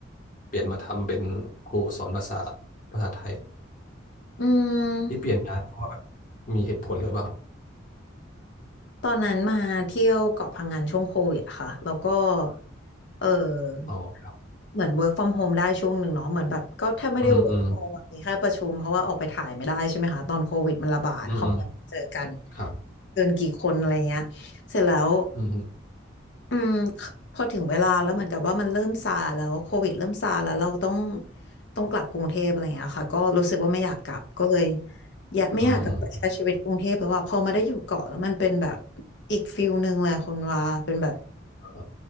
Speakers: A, on the left; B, on the left.
A: เปลี่ยนมาทำเป็นครูสอนภาษาภาษาไทย
B: อืม
A: ที่เปลี่ยนงานเพราะว่าแบบมีเหตุผลหรือเปล่าครับ
B: ตอนนั้นมาเที่ยวเกาะพังงานช่วงโควิดค่ะแล้วก็เออ
A: อ๋อครับ
B: เหมือน work from home ได้ช่วงหนึ่งเนาะเหมือนแบบก็แทบไม่ได้
A: อืมอืม
B: work from home อะมีแค่ประชุมเพราะว่าออกไปถ่ายไม่ได้ใช่ไหมคะตอนโควิดมันระบาดเขาไม่เจอกัน
A: อืมอืมครับ
B: เกินกี่คนอะไรเงี้ยเสร็จแล้ว
A: อืม
B: อืมคพอถึงเวลาแล้วเหมือนกับว่ามันเริ่มซาแล้วโควิดเริ่มซาแล้วเราต้องต้องกลับกรุงเทพอะไรอย่างเงี้ยค่ะก็รู้สึกว่าไม่อยากกลับก็เลยอยากไม่อยากกลับไปใช้ชีวิตกรุงเทพแล้วว่าพอมาได้อยู่เกาะแล้วมันเป็นแบบ
A: อืม
B: อีกฟิลหนึ่งเลยคนว่าเป็นแบบ
A: เอ่อ